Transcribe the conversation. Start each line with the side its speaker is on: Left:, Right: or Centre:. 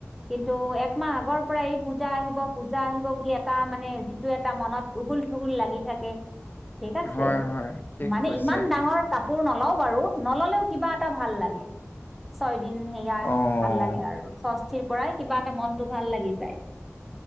Centre: কিন্তু একমাহ আগৰ পৰা এই পূজা আহিব পূজা আহিব বুলি এটা মানে মানে যিটো এটা মনত উগুল গুল লাগি থাকে। ঠিক আছে
Left: হয় হয় ঠিক
Centre: মানে
Left: কৈছে
Centre: ইমান ডাঙৰ কাপ কাপোৰ নেওয়া বাৰু। নললেওঁ কিবা এটা ভাল লাগে। দিন সেয়া
Left: অ'
Centre: ভাল লাগে আৰু সষ্ঠিৰ পৰাই কিবা এটা মনতটো ভাল লাগি যায়।